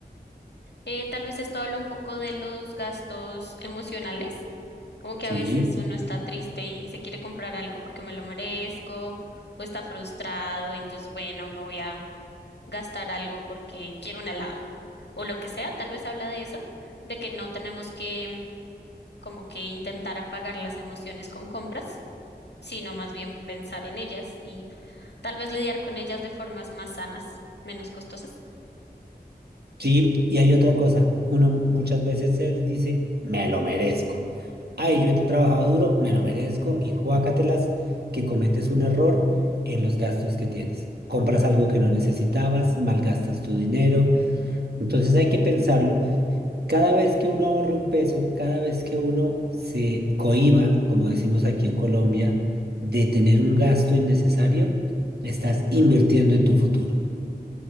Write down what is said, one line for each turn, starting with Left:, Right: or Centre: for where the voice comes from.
Left: Eh, tal vez esto habla un poco de los gastos emocionales, como que
Right: ¿sí?
Left: a veces uno está triste y se quiere comprar algo porque me lo merezco, o está frustrado, y entonces, bueno, me voy a gastar algo porque quiero un helado o lo que sea, tal vez habla de eso, de que no tenemos que como que intentar apagar las emociones con compras, sino más bien pensar en ellas y tal vez lidiar con ellas de formas más sanas, menos costosas.
Right: Sí, y hay otra cosa, uno muchas veces se les dice, me lo merezco. Ay, yo he trabajado duro, me lo merezco, y juácatelas que cometes un error en los gastos que tienes. Compras algo que no necesitabas, malgastas tu dinero. Entonces hay que pensarlo. Cada vez que uno ahorre un peso, cada vez que uno se cohíba, como decimos aquí en Colombia, de tener un gasto innecesario, estás invirtiendo en tu futuro.